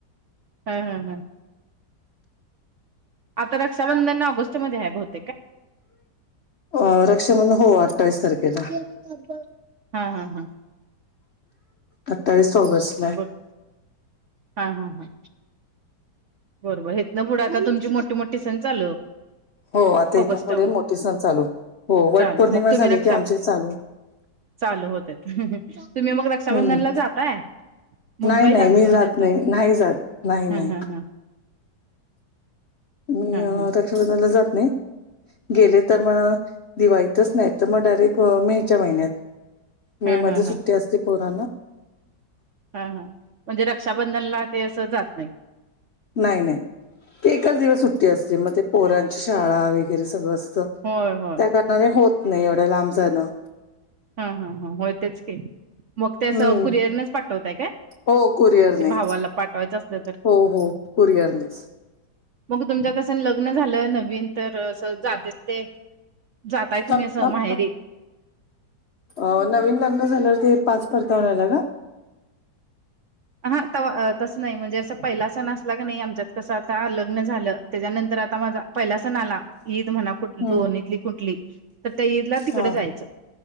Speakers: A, on the right; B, on the left.
A: हा हा हा. आता रक्षाबंधन ऑगस्टमध्ये आहे भवते.
B: अ रक्षाबंधन हो अठ्ठावीस तारखेला,
A: हा हा हा
B: अठ्ठावीस ऑगस्टला आहे,
A: बर हा हा हा बरोबर हितनं पुढं आता तुमची मोठी मोठी सण चालू,
B: हो आता
A: ऑगस्ट
B: इथून पुढे मोठे सण चालू हो
A: चालू
B: वट पौर्णिमा
A: मग तुम्ही
B: झाली
A: रक्षा
B: की आमची चालू,
A: चालू होत तुम्ही मग रक्षाबंधनला
B: हम्म
A: जाताय मुंबईला
B: नाही नाही मी
A: म्हणजे
B: जात नाही
A: हम
B: नाही जात नाही
A: हम
B: नाही
A: हम
B: मी
A: ह ह ह
B: रक्षाबंधला जात नाही गेले तर मग दिवाळीतच नाही तर मग डायरेक्ट मेच्या महिन्यात मे
A: हा हा
B: मध्ये सुट्टी
A: हा
B: असते पोरना
A: हा हा म्हणजे रक्षाबंधनला ते असं जात नाही
B: नाही नाही एकाच दिवस सुट्टी असते मग ते पोरांची शाळा वगैरे सगळं असतं
A: होय होय
B: त्या कारणाने होत नाही एवढ्या लांब जाणं
A: हा हा ह होतेच की मग ते असं
B: हम्म
A: कुरिअर नच पाठवताय काय
B: हो कुरिअरने
A: असे भावाला पाठवायचं असल तर
B: हो हो कुरिअरनेच
A: मग तुमच्या कसं लग्न झालं न न तर अस जाते ते जाताय तुम्ही
B: थांब
A: असं
B: थांब
A: माहेरीे
B: थांब अ नवीन लग्न झालंवर ते पाच परताव लालं का
A: हा तसं नाही म्हणजे असं पहिलासा नसला की नाही आमच्यात कसं आता लग्न झालं त्याच्यानंतर आता माझा पहिला सण आला ईद म्हणा कुठ
B: हम्म
A: दोन इथली कुठली तर त्या ईदला तिकड
B: हा
A: जायचं